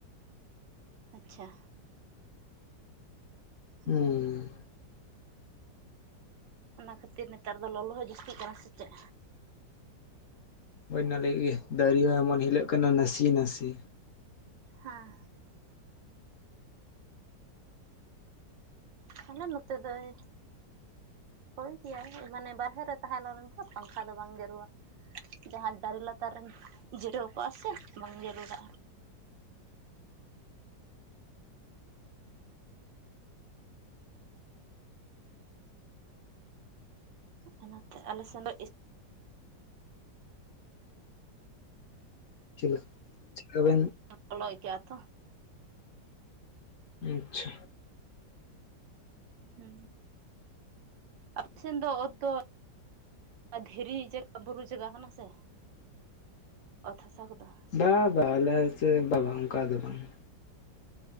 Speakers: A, on the right; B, on the left.
A: ᱟᱪᱪᱷᱟ ᱦᱸ
B: ᱦᱩᱸ
A: ᱚᱱᱟ ᱠᱷᱟᱹᱛᱤᱨ ᱱᱮᱛᱟᱨ ᱫᱚ ᱞᱚᱞᱚ ᱦᱚᱸ ᱡᱟᱹᱥᱛᱤᱜ ᱠᱟᱱᱟ ᱥᱮ ᱪᱮᱫ
B: ᱦᱩᱭ‌ ᱚᱱᱟ ᱞᱟᱹᱜᱤᱫ ᱜᱮ ᱫᱟᱨᱮ ᱦᱚᱸ ᱮᱢᱚᱱ ᱦᱤᱞᱚᱜ ᱠᱟᱱᱟ ᱱᱟᱥᱮ ᱱᱟᱥᱮ
A: ᱦᱮᱸ ᱟᱞᱮ ᱱᱚᱛᱮ ᱫᱚᱭ ᱦᱳᱭ ᱜᱮᱭᱟᱭ ᱢᱟᱱᱮ ᱵᱟᱨᱦᱮ ᱨᱮ ᱛᱟᱦᱮᱸ ᱞᱮᱱᱠᱷᱟᱱ ᱯᱟᱝᱠᱷᱟ ᱫᱚ ᱵᱟᱝ ᱡᱟᱹᱨᱩᱼᱟ ᱡᱟᱦᱟᱸ ᱫᱟᱨᱮ ᱞᱟᱛᱟᱨ ᱨᱮᱢ ᱡᱤᱨᱟᱹᱣ ᱠᱚᱟᱜ-ᱟ ᱥᱮ ᱵᱟᱝ ᱡᱟᱹᱨᱩᱲᱟᱜ-ᱟ ᱚᱱᱟᱛᱮ ᱟᱞᱮ ᱥᱮᱱ ᱫᱚ
B: ᱪᱮᱜ ᱠᱟᱵᱤᱱ
A: ᱵᱚᱞᱚᱠᱟᱹᱜᱼᱟ ᱛᱚ
B: ᱟᱪᱪᱷᱟ
A: ᱦᱮᱸ ᱟᱯᱮ ᱥᱮᱱ ᱫᱚ ᱚᱛ ᱫᱚ ᱫᱷᱤᱨᱤ ᱡᱟᱭᱜᱟ ᱵᱩᱨᱩ ᱡᱟᱭᱜᱟ ᱠᱟᱱᱟ ᱥᱮ ᱚᱛ ᱦᱟᱥᱟᱚ ᱠᱫᱚ
B: ᱵᱟ ᱵᱟᱦ ᱟᱞᱮ ᱥᱮ ᱵᱟ ᱵᱟᱝ ᱚᱝᱠᱟ ᱫᱚ ᱵᱟᱝᱟ